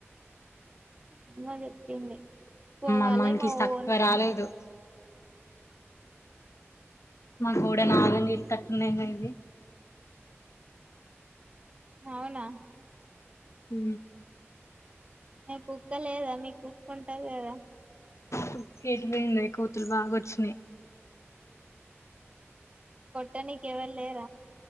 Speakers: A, on the right; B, on the left.
A: <unintelligible> పోవాలే
B: అమ్మకి
A: మా
B: తక్కువ
A: ఓన్
B: రాలేదు మా గూడె నాగం చెతట్టుంది ఇది
A: అవునా
B: హు
A: కుక్క లే కదా మీకు కుక్కుంటది కదా
B: కుక్కేటుపోయింది కోతులు బాగా వచ్చినయి
A: కొట్టనీకి ఎవరు లేర